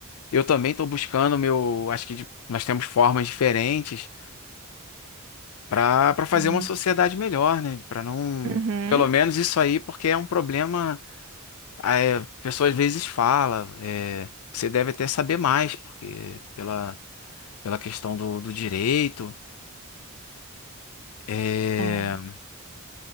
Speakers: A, on the left; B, on the right.
A: eu também estou buscando meu, acho que de- nós temos formas diferentes para para fazer
B: sim.
A: uma sociedade melhor, né? Para não,
B: Uhum,
A: pelo menos isso aí, porque é um problema, a é, pessoa às vezes fala, é, você deve até saber mais, porque pela pela questão do, do direito, é,
B: é.